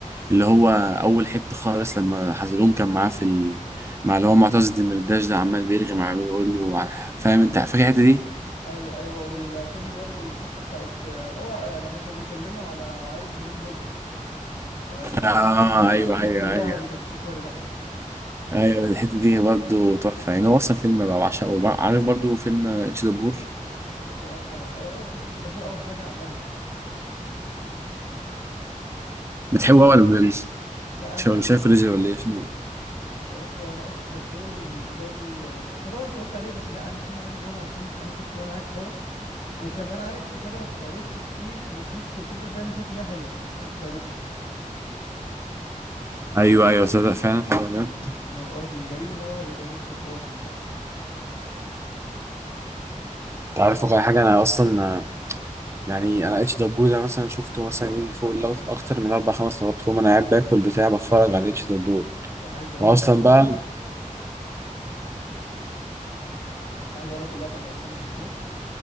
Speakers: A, on the right; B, on the left.
A: اللي هو اول حته خالص لما حزلوم كان معاه في ال... مع اللي هو معتز الدمرداش ده عمال بيرغي معاه بيقول له على- فاهم انت فاكر الحته دي؟
B: ايوه ايوه والفيلم برضه والحته بتاعت اه لما كان بيكلمه على عايز مليون بلبل فقال له 20
A: اه
B: كيلو
A: ايوه
B: 20
A: ايوه
B: كيلو دهب
A: ايوه
B: يكفوك ولا لا
A: ايوه الحته دي برضه تحفه يعني هو اصلا فيلم بقى بعشقه وبع- عارف برضه فيلم اتش دبور
B: اتش دبور اه طبعا ده هو ايه اصلا اتش دبور اول حاجه عملها
A: بتحبه
B: قصة
A: ولا بال-
B: لا
A: ش-
B: انا
A: ولا شايف رجل ولا ايه شنو؟
B: بص هو انا اتش دبور بالنسبه لي آه، انا طبعا اتفرجت عليه بس لا انا سيما علي بابا عشان انا شفته وانا عيل صغير وكمان عارف الحاجه ما بتتعرضش كتير فبتحس بتفضل دايما شايف انها حلوه عشان ما بتتعرضش
A: ايوه ايوه صدق فعلا الحوار ده بجد
B: ما بقولك الغريب ان هو ما بيتعرضش خالص يعني
A: انت عارف واقع حاجه انا اصلا يعني انا اتش دبور ده مثلا شفته مثلا يجي فوق اللوت اكتر من اربع خمس مرات كل ما انا قاعد باكل بتاع بتفرج على اتش دبور
B: لا، عايز اقول
A: واصلا
B: لك اللقطه
A: بقى
B: عايز اقول لك اللقطه بتاعت سامح حسين